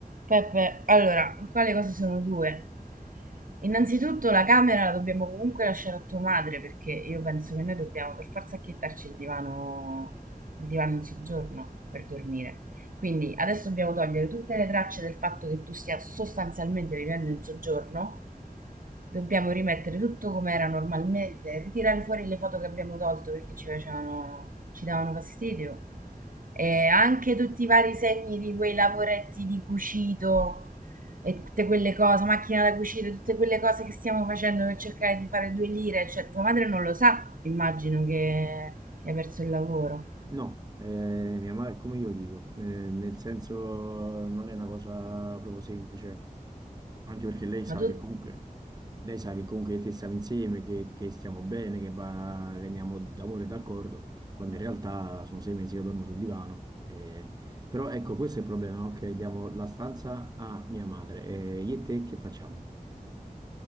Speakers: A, on the right; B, on the right.
A: Peppe, allora, qua le cose sono due. Innanzitutto la camera la dobbiamo comunque lasciare a tua madre perché io penso che noi dobbiamo per forza acchittarci il divano, il divano in soggiorno per dormire. Quindi adesso dobbiamo togliere tutte le tracce del fatto che tu stia sostanzialmente vivendo in soggiorno. Dobbiamo rimettere tutto come era normalmente, ritirare fuori le foto che abbiamo tolto perché ci facevano, ci davano fastidio e anche tutti i vari segni di quei lavoretti di cucito e tutte quelle cose, macchina da cucire, tutte quelle cose che stiamo facendo per cercare di fare due lire, cioè tua madre non lo sa, immagino che, che hai perso il lavoro,
B: No, eh, mia madre, come io lo dico, eh, nel senso non è una cosa proprio semplice, anche perché lei sa
A: ma tu
B: che comunque, lei sa che comunque te stiamo insieme, che, che stiamo bene, che, va, che andiamo d'amore e d'accordo, quando in realtà sono sei mesi che dormo sul divano. eh. però ecco, questo è il problema, no? Che diamo la stanza a mia madre. e io e te che facciamo?